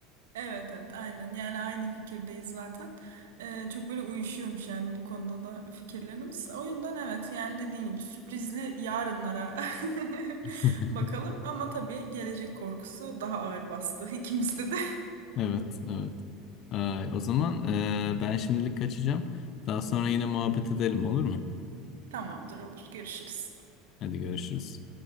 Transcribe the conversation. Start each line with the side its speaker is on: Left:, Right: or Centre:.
Right: Evet evet aynen yani aynı fikirdeyiz zaten. Ee, çok böyle uyuşuyormuş yani bu konuda da fikirlerimiz. O yüzden evet yani dediğin gibi sürprizli yarınlara <laughs>
Left: <laughs>
Right: bakalım ama tabii gelecek korkusu daha ağır bastı ikimizde de.
Left: Evet, evet. Ay, o zaman e, ben şimdilik kaçacağım. Daha sonra yine muhabbet edelim olur mu?
Right: <laughs> Tamamdır olur görüşürüz.
Left: Hadi görüşürüz.